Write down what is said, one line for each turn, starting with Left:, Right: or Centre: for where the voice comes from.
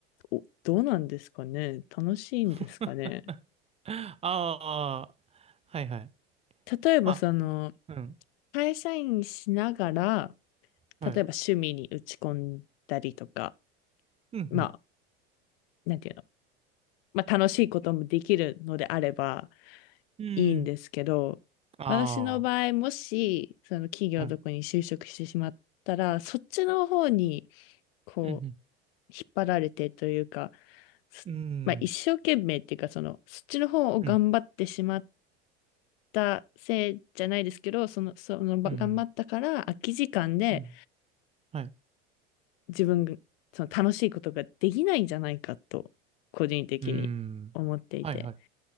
Left: お、どうなんですかね。楽しいんですかね。
Right: <laughs> あーはいはい
Left: 例えばその、
Right: まあうん
Left: 会社員しながら、
Right: はい
Left: 例えば趣味に打ち込んだりとか、
Right: うん
Left: まあ、なんていうの。まあ楽しいこともできるのであれば、
Right: うんうん
Left: いいんですけど、
Right: あ
Left: 私の場合、もし、その企業のとこに就職してしまったら、
Right: ーうん
Left: そっちの方に、こう、
Right: うん
Left: 引っ張られてというか、そまあ、
Right: うん
Left: 一生懸命っていうか、その、そっちの方を頑張ってしまっ
Right: うん
Left: たせいじゃないですけど、その、その、ば頑張ったから空き時間で
Right: うんうんはい
Left: 自分が、その楽しいことができないんじゃないかと、個人的に思っていて。
Right: うんはいはい